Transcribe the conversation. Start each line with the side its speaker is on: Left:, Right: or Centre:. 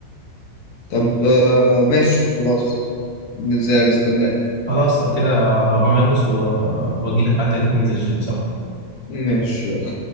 Left: طب آه، ماشي خلاص نزل نستناك
Right: خلاص لو كده هقوم البس و- واجي لك عدى عليك ننزل الجيم سوا
Left: ماشي يلا